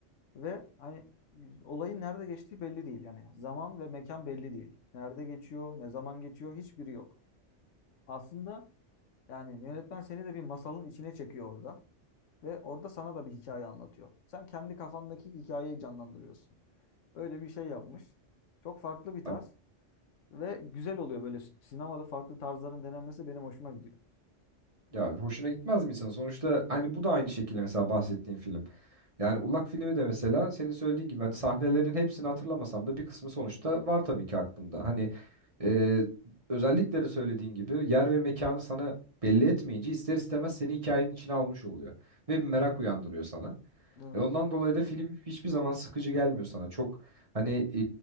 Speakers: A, on the left (about 80°); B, on the right (about 30°).
A: ve hani e, olayın nerede geçtiği belli değil. Yani zaman ve mekan belli değil. Nerede geçiyor, ne zaman geçiyor hiçbiri yok. Aslında yani yönetmen seni de bir masalın içine çekiyor orada. Ve orada sana da bir hikaye anlatıyor. Sen kendi kafandaki hikayeyi canlandırıyorsun. Öyle bir şey yapmış. Çok farklı bir tarz
B: Abi-
A: ve güzel oluyor böyle sinemada farklı tarzların denenmesi benim hoşuma gidiyor.
B: Ya abi hoşuna gitmez mi insan? Sonuçta hani bu da aynı şekilde mesela bahsettiğin film. Yani Ulak filmi de mesela senin söylediğin gibi hani sahnelerin hepsini hatırlamasam da bir kısmı sonuçta var tabii ki aklımda. Hani Ee, özellikleri söylediğin gibi yer ve mekanı sana belli etmeyince ister istemez seni hikayenin içine almış oluyor ve bir merak uyandırıyor sana.
A: Evet.
B: E, ondan dolayı da film hiçbir zaman sıkıcı gelmiyor sana. Çok hani e,